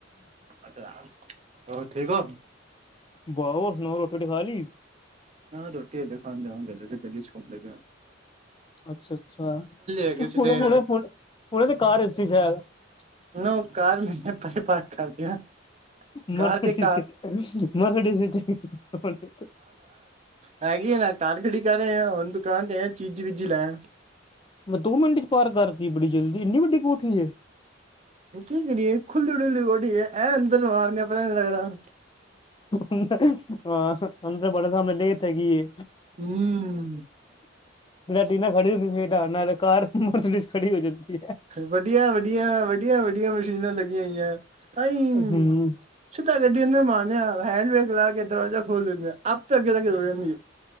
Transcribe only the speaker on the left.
ਬਹੁ ਸੁਣਾਓ, ਰੋਟੀ ਰੋਟੀ ਖਾਲੀ।
ਅੱਛਾ, ਅੱਛਾ
ਹੁਣੇ
ਹੁਣੇ, ਹੁਣ ਤੇ ਕਾਰ <unintelligible>
ਮਰਸਡੀ
ਚ, ਮਰਸਡੀ <unintelligible>
ਮੈਂ ਦੋ ਮਿੰਟ ਚ ਪਾਰ ਕਰਤੀ ਬੜੀ ਜਲਦੀ ਇੰਨੀ ਵੱਡੀ ਕੋਠੀ ਏ।
ਅੰਦਰ ਹਾਂ ਅੰਦਰ ਤੁਹਾਡੇ ਸਮਣੇ ਲੇਟ ਹੈਗੀ ਏ
ਲੈਟੀ ਨਾਲ ਖੜੀ ਹੁੰਦੀ ਸੀ ਢੰਗ ਨਾਲ ਕਾਰ ਮੋਟਰਸਲ ਖੜੀ ਹੋ ਜਾਂਦੀ ਹੈ
ਹੂੰ।